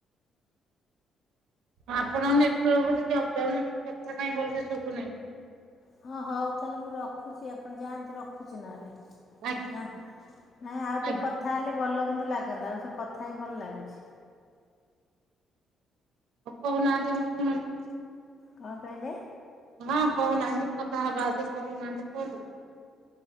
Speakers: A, on the right; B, on the left.
A: ଆପଣଙ୍କ <unintelligible> କଥା କାଇଁ ଭଲସେ ଶୁଭୁନହିଁ।
B: ହଁ ହଉ ତାହେଲେ ମୁଁ ରଖୁଛି ଆପଣ ଯାଆନ୍ତୁ ରଖୁଛି ନହେଲେ।
A: ଆଜ୍ଞା
B: ନା ନାଇଁ ଆଉ
A: ଆଜ୍ଞା
B: ଟିକେ କଥା ହେଲେ ଭଲ କିନ୍ତୁ ଲାଗନ୍ତା, ଆପଣଙ୍କ ସହ କଥା ହେଇ ଭଲ ଲାଗୁଛି।
A: କଉନାହାନ୍ତି ମୁଁ ଶୁଣୁଛି।
B: କ'ଣ କହିଲେ।
A: ହଁ କହୁନାହାନ୍ତି, କଥା ହବା ଆଜି କହୁନାହାନ୍ତି କୁହନ୍ତୁ।